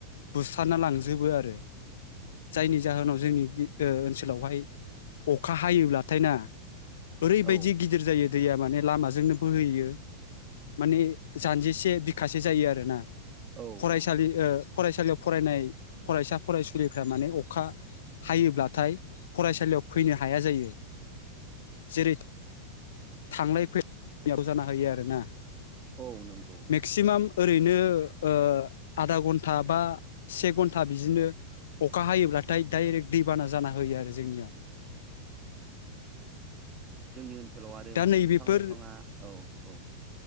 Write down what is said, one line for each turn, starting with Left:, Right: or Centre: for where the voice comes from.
Left: बुस्राना लांजोबो आरो जायनि जाहोनाव जोंनि ओ ओनसोलावहाय अखा हायोब्ला थाइना ओरैबायदि
Right: औ
Left: गिदिर जायो दैया माने लामाजोंनो बोहैयो माने जानजिसे बिखासे जायो आरोना
Right: औ
Left: फरायसालि
Right: औ
Left: ओ फरायसालियाव फरायनाय फरायसा फरायसुलिफ्रा माने अखा हायोब्लाथाय फरायसालियाव फैनो हाया जायो जेरै थांलाय फैलायाव जाना होयो आरोना
Right: औ नंगौ
Left: मेक्सिमाम
Right: बेखौ
Left: ओरैनो
Right: उम
Left: ओ आधा घन्टा बा से घन्टा बिदिनो अखा हायोब्लाथाय डायरेक्ट दैबाना जाना होयो आरो जोंनियाव
Right: जोंनि ओनस सोलाव आरो
Left: दा
Right: माने
Left: नैबेफोर
Right: बिफां लाइफाङा औ औ